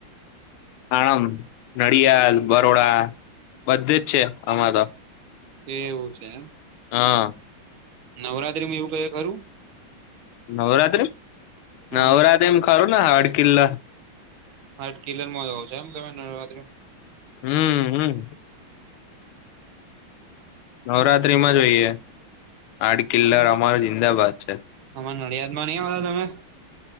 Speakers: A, on the left; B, on the right.
A: આણંદ, નડિયાલ, બરોડા બધે જ છે, આમા ત
B: એવું છે, એમ
A: હ.
B: નવરાત્રીમાં એવું કયે કરું
A: નવરાત્રી
B: હા
A: નવરાત્રીમાં ખરુ ને હાડકીલલા
B: હાડકિલ્લર મો જવો છે, એમ તમે નવરાત્રી
A: હમ્મ હમ્મ. નવરાત્રીમાં જોઈએ આડ કિલ્લાર અમાર જિંદાબાદ છે.
B: અમા નડિયાદમાં ની આવ્યા તમે?